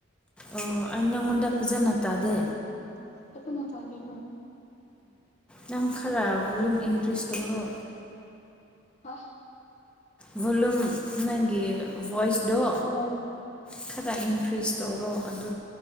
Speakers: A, in the centre; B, on the left.
A: ꯑꯣ ꯑꯩ ꯅꯪꯉꯣꯟꯗ ꯐꯖꯅ ꯇꯥꯗꯦ
B: ꯀꯇꯅ ꯇꯥꯒꯩꯅ
A: ꯅꯝ ꯈꯔꯥ ꯚꯂꯨꯝ ꯏꯟꯀ꯭ꯔꯤꯁ ꯇꯧꯔꯣ
B: ꯍ
A: ꯚꯣꯂꯨꯝ ꯅꯪꯒꯤ ꯚꯣꯏꯁꯗꯣ
B: ꯑꯣ
A: ꯈꯔ ꯏꯟꯈ꯭ꯔꯤꯁ ꯇꯧꯔꯣ ꯑꯗꯨ